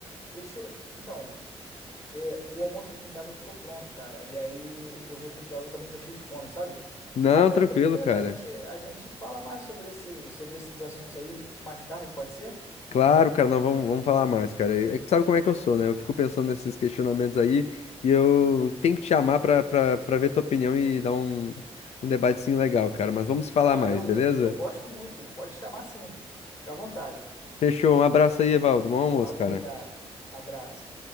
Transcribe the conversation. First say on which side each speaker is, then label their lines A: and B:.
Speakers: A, on the left (about 30°); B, on the left (about 75°).
A: deixa eu. Então, é, o almoço aqui em casa ficou pronto, cara. E aí eu vou ter que. Eu também tô cheio de fome, sabe?
B: Não,
A: Mas aí
B: tranquilo,
A: tranquilo,
B: cara.
A: a gente a gente fala mais sobre esse, sobre esses assuntos aí mais tarde, pode ser?
B: Claro, cara, não, vamos, vamos falar mais, cara. É que tu sabe como é que eu sou, né? Eu fico pensando nesses questionamentos aí e eu tenho que te chamar pra, pra, pra ver tua opinião e dar um, um debatezinho legal, cara. Mas vamos falar
A: Não,
B: mais,
A: eu,
B: beleza?
A: eu, eu gosto muito. Pode chamar sim. Fica à vontade.
B: Fechou. Um abraço aí, Evaldo. Bom almoço,
A: Falou,
B: cara.
A: cara. Abraço.